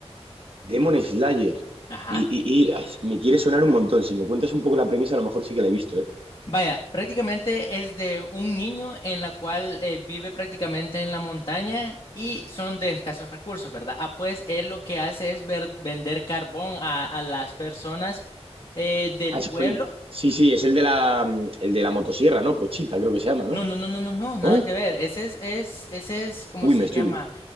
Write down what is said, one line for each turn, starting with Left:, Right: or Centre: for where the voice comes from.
Right: Demon Slayer,
Left: Ajá.
Right: y, y, y ay, me quiere sonar un montón, si me cuentas un poco la premisa, a lo mejor sí que la he visto, ¿eh?
Left: Vaya, prácticamente es de un niño en la cual eh, vive prácticamente en la montaña y son de escasos recursos, ¿verdad? Ah, pues él lo que hace es ver- vender carbón a, a las personas eh, del
Right: Ah, es
Left: pueblo
Right: coño. Sí, sí, es el de la, el de la motosierra, ¿no? Pochita, creo que se llama, ¿no?
Left: No, no, no, no, no, no, nada
Right: ¿No?
Left: que ver. Ese es, es, ese es, ¿cómo
Right: Uy,
Left: se
Right: me estoy...
Left: llama?